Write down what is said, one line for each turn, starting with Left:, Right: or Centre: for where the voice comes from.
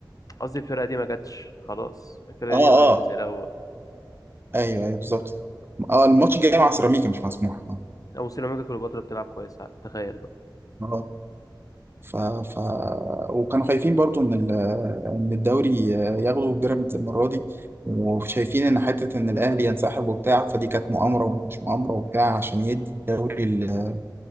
Left: قصدي الفرقة دي ما جاتش خلاص الفرقة
Right: آه
Left: دي ما
Right: آه
Left: بقتش زي الأول
Right: أيوه أيوه بالظبط آه الماتش الجاي مع سيراميكا مش مع سموحة آه
Left: أو سيراميكا كليوباترا بتلعب كويس تخيل بقى
Right: آه. ف... ف... وكانوا خايفين برضو ان ال... ان الدوري ياخدوا بيراميدز المره دي وشايفين ان حته ان الاهلي ينسحب وبتاع فدي كانت مؤامره ومش مؤامره وبتاع عشان يدي الدوري ال...